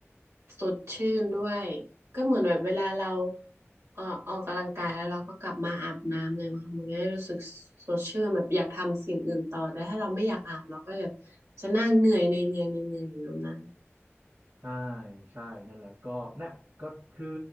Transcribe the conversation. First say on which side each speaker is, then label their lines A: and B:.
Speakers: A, on the right; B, on the right.
A: สดชื่นด้วยก็เหมือนแบบเวลาเราเอ่อออกกำลังกายแล้วเราก็กลับมาอาบน้ำเลยมั้งคะมันจะได้รู้สึกสดชื่นแบบอยากทำสิ่งอื่นต่อแต่ถ้าเราไม่อยากอาบเราก็จะจะนั่งเหนื่อยในเหนื่อยในเหนื่อยอยู่นั้น
B: ใช่ใช่นั่นแหละก็นะก็คือ